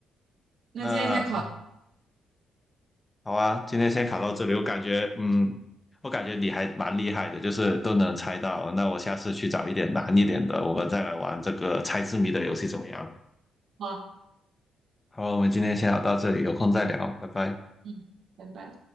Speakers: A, on the right; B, on the left.
A: 那今天先考，
B: 那好啊，今天先考到这里，我感觉，嗯，我感觉你还蛮厉害的，就是都能猜到。那我下次去找一点难一点的，我们再来玩这个猜字谜的游戏怎么样？
A: 好，
B: 好，我们今天先聊到这里，有空再聊，拜拜。
A: 嗯，拜拜。